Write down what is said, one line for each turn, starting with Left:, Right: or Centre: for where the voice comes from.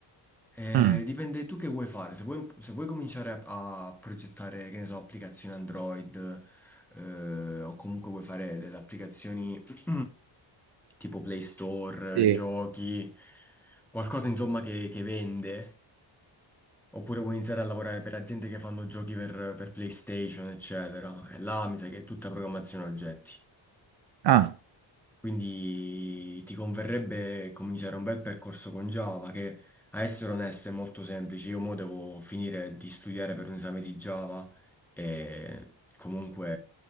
Centre: Eh,
Right: Mm,
Centre: dipende tu che vuoi fare. Se vuoi, se vuoi cominciare a, a progettare, che ne so, applicazioni Android, eh, o comunque vuoi fare delle applicazioni <clears throat> tipo Play Store,
Right: sì.
Centre: giochi, qualcosa insomma che, che vende, oppure vuoi iniziare a lavorare per aziende che fanno giochi per, per PlayStation, eccetera. E là mi sa che è tutta programmazione oggetti.
Right: Ah,
Centre: Quindi ti converrebbe cominciare un bel percorso con Java che, a essere onesto, è molto semplice. Io mo devo finire di studiare per un esame di Java e comunque